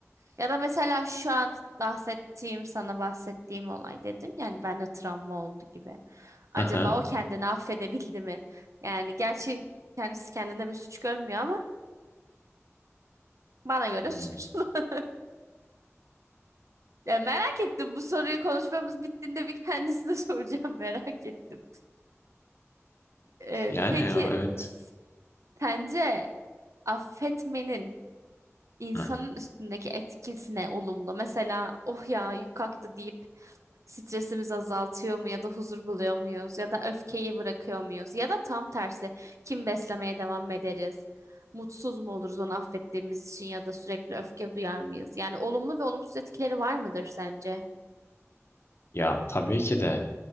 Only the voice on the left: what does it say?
Aha.
Hmm.
Yani
ya, evet.
Heh.
Ya tabii ki de.